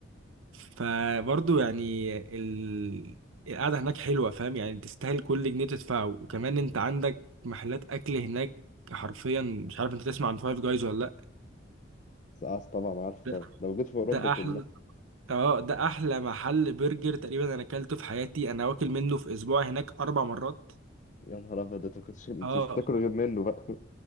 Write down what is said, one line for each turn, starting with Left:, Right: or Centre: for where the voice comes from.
Right: فبرضو يعني ال... القعدة هناك حلوة فاهم يعني تستاهل كل جنيه تدفعه وكمان انت عندك محلات أكل هناك حرفيا مش عارف انت تسمع عن فايف جايز ولا لأ
Left: سقعت طبعا عارفه
Right: ده
Left: طبعا ده موجود في اوروبا
Right: ده
Left: كلها
Right: أحلى اه ده أحلى محل برجر تقريبا أنا أكلته في حياتي أنا واكل منه في أسبوع هناك أربع مرات
Left: يا نهار ابيض انت كنتش <laughs> انت
Right: اه
Left: مش بتاكلوا غير منه بقى <laughs>